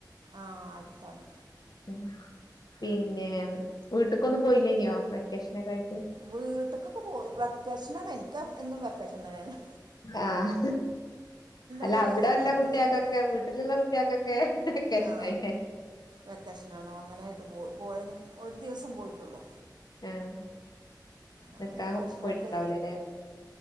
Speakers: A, on the right (about 75°); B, on the left (about 60°).
A: ആഹ് അടുത്താണ്
B: ഉം പിന്നെ വീട്ടക്കൊന്നും പോയില്ലയിനിയാ വെക്കേഷനക്കെ ആയിട്ട്
A: വീട്ടക്കൊക്കെ പോയി വെക്കേഷനാണ് എനിക്ക് എന്നും വെക്കേഷൻ തന്നെ അല്ലെ
B: ആഹ് അല്ല
A: ഒരു
B: അവിടെല്ല
A: ഇത്
B: കുട്ടിയക്കൊക്കെ
A: ഫീലിങ്
B: വീട്ടിലുള്ള കുട്ടികൾക്കൊക്കെ വെക്കെഷൻ
A: ആ
B: അല്ലേ
A: വെക്കേഷനാണോ അങ്ങനൊയിട്ട് പോയി പോയാലും ഒരു ദിവസം പോയിട്ടുള്ളോ
B: ആഹ്
A: അങ്ങനെ
B: നിക്കാൻ
A: വെക്കേഷനായിട്ട്
B: പോയിട്ടുണ്ടാവില്ലലേ